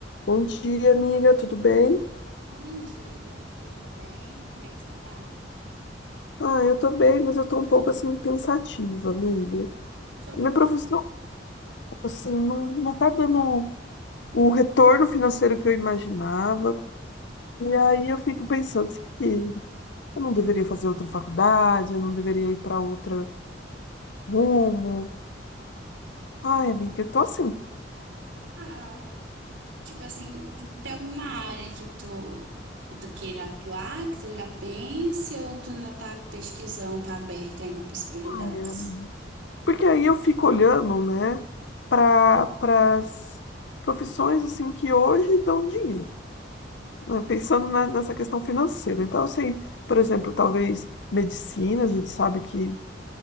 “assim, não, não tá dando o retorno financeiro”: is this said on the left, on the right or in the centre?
Left